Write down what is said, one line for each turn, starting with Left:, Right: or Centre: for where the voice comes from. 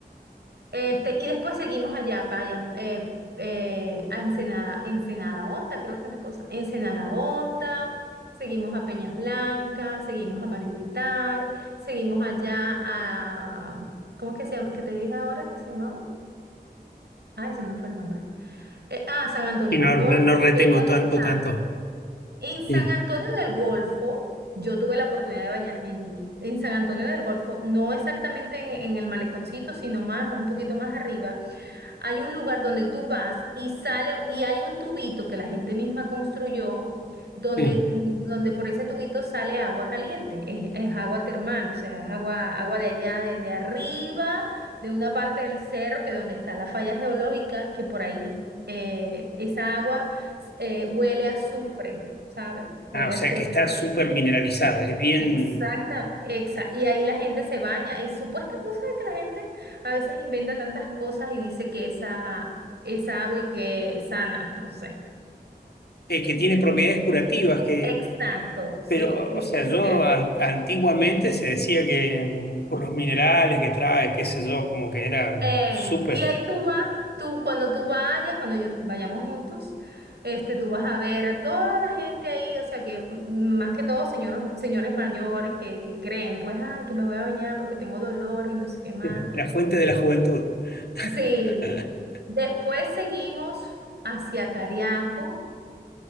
Right: Este, y después seguimos allá, para allá, eh, eh, a Ensenada, Ensenada Honda, creo que es la cosa. Ensenada Honda, seguimos a Peñas Blancas, seguimos a Mariguitar, seguimos allá a... ¿Cómo es que se llama? ¿Qué te dije ahora que se llamaba? Ay, se me fue el nombre. Eh, ah, San Antonio
Left: Y no,
Right: del Golfo,
Left: no, no retengo
Right: que es donde
Left: tanto,
Right: está.
Left: tanto.
Right: En San
Left: Sí.
Right: Antonio del Golfo, yo tuve la oportunidad de bañarme allí. En San Antonio del Golfo, no exactamente en, en el maleconcito, sino más, un poquito más arriba. Hay un lugar donde tú vas y sale y hay un tubito que la gente misma construyó donde,
Left: Sí.
Right: mm, donde por ese tubito sale agua caliente, es, es agua termal, o sea, es agua, agua de allá, de, de arriba, de una parte del cerro, que donde está la falla geológica, que por ahí eh, esa agua eh, huele a azufre, ¿sabes? Huele
Left: Ah, o sea
Right: a azufre.
Left: que está súper mineralizada, es bien,
Right: Exacta, exa- Y ahí la gente se baña y supuestamente, ¿no sabes que la gente a veces inventa tantas cosas y dice que esa, esa agua y que es sana? No sé.
Left: eh, que tiene propiedades curativas, que,
Right: Exacto, sí,
Left: pero,
Right: que
Left: o sea,
Right: tiene propiedades.
Left: yo an-
Right: curativas.
Left: antiguamente se decía que mm, por los minerales que trae, qué sé yo, como que era
Right: Eh,
Left: súper,
Right: y ahí tú vas, tú cuando tú vayas, cuando yo- vayamos juntos, este, tú vas a ver a toda la gente ahí, o sea que mm, más que todo señores, señores mayores que, que creen, pues, ay, que me voy a bañar porque tengo dolores y no sé qué más.
Left: eh,
Right: que-
Left: la fuente de la juventud. <laughs>
Right: Sí, Después seguimos hacia Cariaco